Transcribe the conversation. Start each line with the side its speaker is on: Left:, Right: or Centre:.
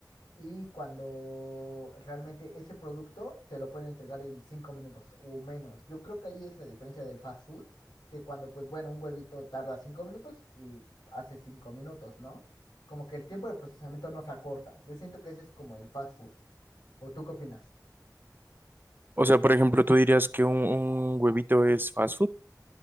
Left: Y cuando realmente ese producto te lo pueden entregar en cinco minutos o menos. Yo creo que ahí es la diferencia del fast food, que cuando, pues bueno, un huevito tarda cinco minutos y hace cinco minutos, ¿no? Como que el tiempo de procesamiento no se acorta. Yo siento que ese es como el fast food. ¿O tú qué opinas?
Right: O sea, por ejemplo, ¿tú dirías que un, un huevito es fast food?